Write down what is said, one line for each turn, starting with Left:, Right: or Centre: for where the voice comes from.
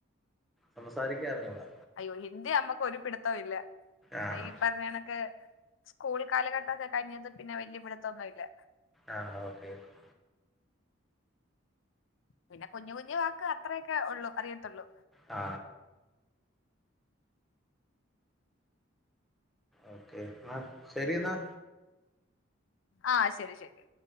Centre: സംസാരിക്കാൻ അറിഞ്ഞൂടാ
Left: അയ്യോ ഹിന്ദി അമ്മക്ക് ഒരു പിടുത്തവും ഇല്ല
Centre: ആഹ്
Left: ഈ പറഞ്ഞ കണക്ക് സ്കൂൾ കാലഘട്ടോക്കെ കഴഞ്ഞതി പിന്നെ വല്യ പിടിത്തം ഒന്നുല്ല്യ
Centre: ആഹ് ഓക്കെ ഓക്കെ
Left: പിന്നെ കുഞ്ഞു കുഞ്ഞു വാക്ക് അത്രയൊക്കെ ഉള്ളു അറിയത്തുള്ളൂ
Centre: ആ ഓക്കെ എന്ന ശരി എന്നാ
Left: ആഹ് ശെരി ശെരി